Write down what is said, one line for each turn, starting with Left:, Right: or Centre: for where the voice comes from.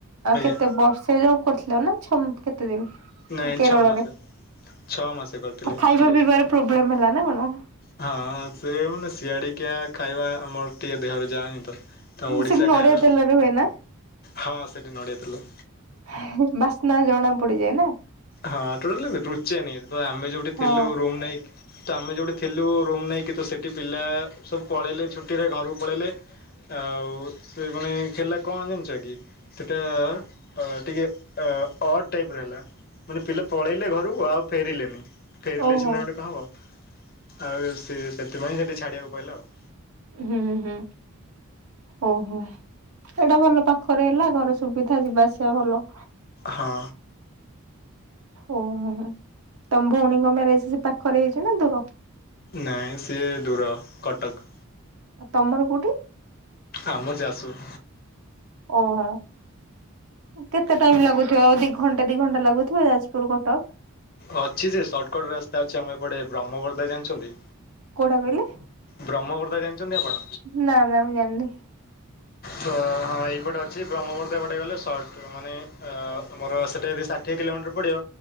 Left: ଆଜ୍ଞା
Right: କେତେ ବର୍ଷେ ଜବ୍ କରଥିଲେ? <unintelligible> ଛମ୍ କେତେ ଦିନ୍
Left: ନାଇଁ
Right: କେରଳରେ
Left: ଛଅ ମାସ ଛଅ ମାସ କରିଥିଲି।
Right: ଖାଇବା ପିଇବାର ପ୍ରୋବ୍ଲେମ୍ ହେଲା ନା ଗଣ?
Left: ହଁ ହଁ ସେ ମାନେ ସିଆଡିକିଆ ଖାଇବା ଆମର ଟିକେ ଦେହରେ ଯାଏନି ତ। ତ ଓଡ଼ିଶା
Right: ସେଠି ନଡିଆ
Left: ଖାଇବା
Right: ତେଲରେ ହୁଏ ନା
Left: ହଁ ସେଟି ନଡ଼ିଆତେଲ।
Right: ହେ ଏ ବାସ୍ନା ଜଣା ପଡିଯାଏ ନା।
Left: ହଁ ଟୋଟାଲିବେ ରୁଚେନି ତ ଆମେ ଯୋଉଠି
Right: ହଁ
Left: ଥିଲୁ ରୁମ୍ ନେଇକି ତ ଆମେ ଯୋଉଟି ଥିଲୁ ରୁମ୍ ନେଇକି ତ ସେଟି ପିଲା ସବୁ ପଳେଇଲେ ଛୁଟିରେ ଘରୁକୁ ପଳେଇଲେ। ଆଉ ସେ ମାନେ ହେଲା କଣ ଜାଣିଚ କି? ସେଟା ଅ ଟିକେ ଅ ଅଡ୍ ଟାଇପ୍ ର ହେଲା। ମାନେ ପିଲା ପଳେଇଲେ ଘରୁକୁ ଆଉ ଫେରିଲେନି, ଫେରିଲେ
Right: ଓହୋ
Left: ସିନା ଗୋଟେ କଁ ହବ? ଆଉ ସିଏ ସେଥିପାଇଁ ସେଟି ଛାଡିଆକୁ ପଇଲା ଆଉ।
Right: ହୁଁ ହୁଁ। ଓହୋ ଏଇଟା ଭଲ ପାଖରେ ହେଲା ଘର ସୁବିଧା ଯିବା ଆସିବା ଭଲ।
Left: ହଁ।
Right: ଓହୋ ତମ ଭଉଣୀଙ୍କ ମ୍ୟାରେଜ୍ ସେ ପାଖରେ ହେଇଚି ନା ଦୂର?
Left: ନାଇଁ ସିଏ ଦୂର କଟକ୍।
Right: ଆଉ ତମର କୋଉଠି?
Left: ଆମର ଜାସପୁର୍।
Right: ଓହୋ କେତେ ଟାଇମ୍ ଲାଗୁ ଥୁବ ଦି ଘଣ୍ଟା ଦି ଘଣ୍ଟା ଲାଗୁଥୁବ ଯାଜପୁର ରୁ କଟକ?
Left: ଅଛି ଯେ ସର୍ଟକଟ୍ ରାସ୍ତା ଅଛି ଆମ ଏପଟେ ବ୍ରହ୍ମବର୍ଦା ଜାଣିଛନ୍ତି?
Right: କୋଉଟା କହିଲେ
Left: ବ୍ରହ୍ମବର୍ଦା ଜାଣିଛନ୍ତି ଆପଣ?
Right: ନା ନା ମୁଁ ଜାଣିନି
Left: ତ ହଁ ଏଇପଟେ ଅଛି ବ୍ରହ୍ମବର୍ଦା ଏବାଟେ ଗଲେ ସର୍ଟ ମାନେ ଅ ଆମର ସେଟା କେତେ ଷା ଦି କିଲୋମିଟର ପଡିବ।